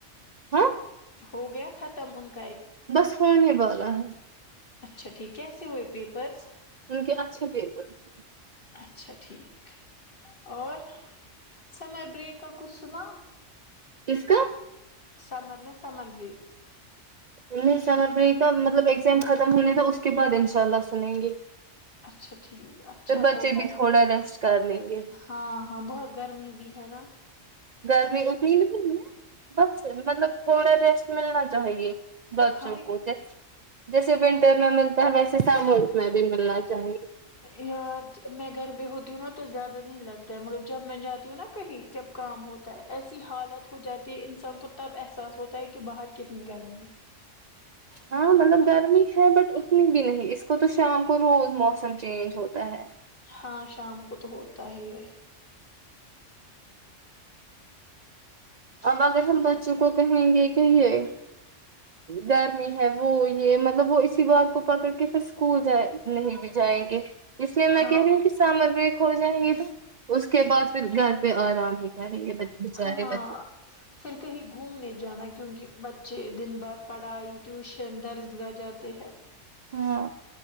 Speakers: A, on the right; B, on the left.
A: ہاں
B: ہو گیا ختم ان کو
A: بس ہونے والا ہے
B: اچھا ٹھیک کیسے ہوئے پیپرس
A: انک اچھے پے بالکل
B: اچھا ٹھیک اور سمر بریک کچھنا
A: کس کا
B: سمر نا سمر بریک
A: انیس سمجھ نہیں تھا مطلب ایگزام ختم ہونے تھا اس کے بعد انشاء اللہ سنیں گے
B: اچھا ٹھیک اچھا
A: پھر بچے
B: ہوتا
A: بھی
B: ہے
A: تھوڑا
B: کہ
A: ریسٹ کر لیں گے
B: ہاں ہاں بہت گرمی بھی ہے نا
A: گرمی اتنی نہیں ہے بس مطلب تھوڑے ریسٹ ملنا چاہیے بچوں
B: ہاں
A: بود جیسے و انٹر میں ملتا ہے ویسے س مت میں بھی ملنا چاہیے
B: یار میں گھر ہوتی ہوں نا تو زیادہ نہیں لگتا ہے مگر جب میں جاتی ہوں نا کہیں جب کام ہوتا ہے ایسی حالت ہو جاتی ہے انسان کو تب احساس ہوتا ہے کہ باہر کتنی گرمی ہے
A: ہاں مطلب گرمی ہے بٹ اتنی بھی نہیں اس کو تو شام کو روز موسم چینج ہوتا ہے
B: ہاں شام کو تو ہوتا ہی یہ
A: اب اگر ہم بچوں کو کہیں رہیں گے کہ یہ گرمی ہے وہ یہ مطلب وہ اسی بات کو پکڑ کے پھر اسکول ج نہیں بھی جائیں گے اس میںے میں
B: ہاں
A: کہہ رہی ہوں کہ سامر ویک ہو جائیں گی اس کے بعد پھر گھر پہ آرام ہے سیںے بچ بچارے
B: ہاں
A: بچے
B: پھر کہیں گھومنے جانا کیونکہ بچے دن بھر پڑھائی ٹیوشن درز گاہ جاتے ہیں
A: ہاں